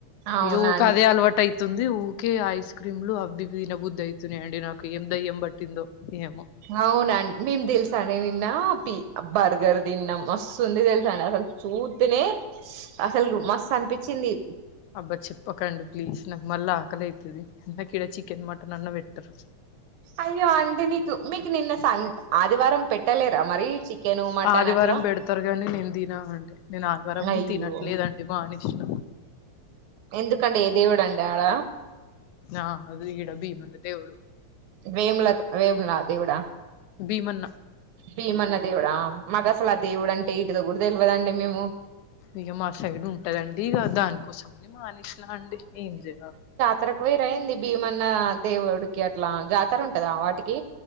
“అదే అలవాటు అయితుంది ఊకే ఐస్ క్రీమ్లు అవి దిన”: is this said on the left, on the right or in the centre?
Left